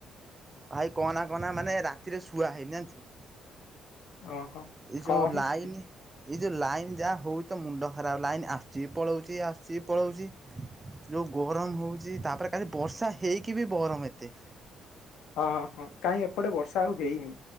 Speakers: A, on the right; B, on the left.
A: ଭାଇ କନା କନା ମାନେ ରାତିରେ ସୁୁଆ ହେଇନି ଜାଣିଛୁ
B: ଓହୋ
A: ଏଇ ଯୋଉ
B: କଣ ହେଇଛି
A: ଲାଇନି
B: କି
A: ଏଇ ଯୋଉ ଲାଇନ ଯାହା ହଉ ତ ମୁଣ୍ଡ ଖରାପ ଲାଇନ ଆସୁଛି ପଳଉଛି ଆସଛି ପଳଉଛି ଯୋଉ ଗରମ ହଉଛି ତାପରେ କାଲି ବର୍ଷା ହେଇକି ବି ଗରମ ଏତେ
B: ହଁ ହଁ କାଇ ଏପଟେ ବର୍ଷା ଆଉ ହେଇନି